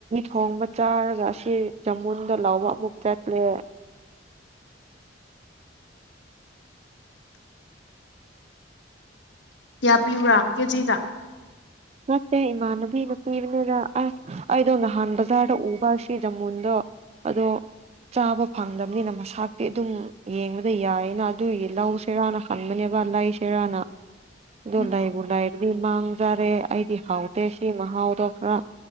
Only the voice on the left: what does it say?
ꯀꯌꯥ ꯄꯤꯕꯔꯥ ꯀꯦꯖꯤ ꯗ
ꯎꯝ